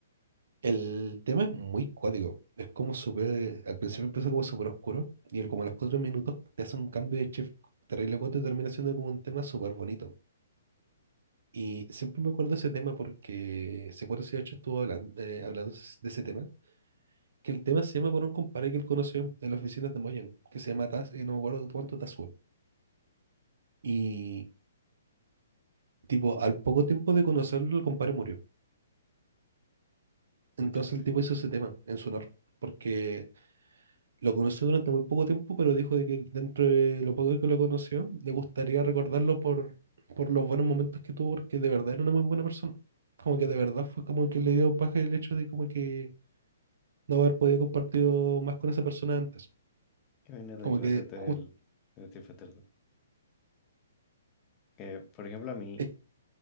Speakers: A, on the right; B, on the left.
A: el tema es muy cuático. Es como súper, al principio empieza como súper oscuro, y el- como a los cuatro minutos te hace un cambio de chef terrible cuático y termina siendo como un tema súper bonito. Y siempre me acuerdo de ese tema porque C418 estuvo hablando, hablando de ese tema. Que el tema se llama por un compadre que él conoció en las oficinas de Moyan, que se llama Taz, eh, no me acuerdo cuánto Tazuel. Y tipo, al poco tiempo de conocerlo, el compadre murió. Entonces
B: Mucha.
A: el tipo hizo ese tema en su honor, porque lo conoció durante muy poco tiempo, pero dijo de que dentro de lo poco que lo conoció, le gustaría recordarlo por, por los buenos momentos que tuvo, porque de verdad era una muy buena persona. Como que
B: Mm.
A: de verdad fue como que le dio paja el hecho de como que no haber podido compartir más con esa persona antes.
B: ¿Qué viene del
A: Como
B: OST
A: que justo
B: del, del Street Fighter 2? Que, por ejemplo, a mí.
A: es,